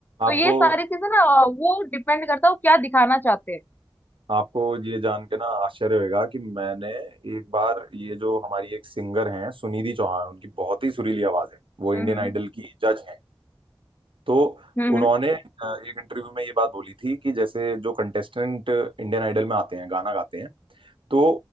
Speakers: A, on the right (about 75°); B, on the left (about 20°).
A: आपको
B: तो ये सारी चीजें ना अ, वो डिपेंड करता है वो क्या दिखाना चाहते हैं
A: आपको ये जान के ना आश्चर्य होगा कि मैंने एक बार ये जो हमारी एक सिंगर हैं सुनिधि चौहान उनकी बहुत ही सुरीली आवाज है वो इंडियन
B: हम्म
A: आइडल की जज हैं तो
B: हम्म
A: उन्होंने अ, एक इंटरव्यू में ये बात बोली थी कि जैसे जो कंटेस्टेंट इंडियन आइडल में आते हैं गाना गाते हैं तो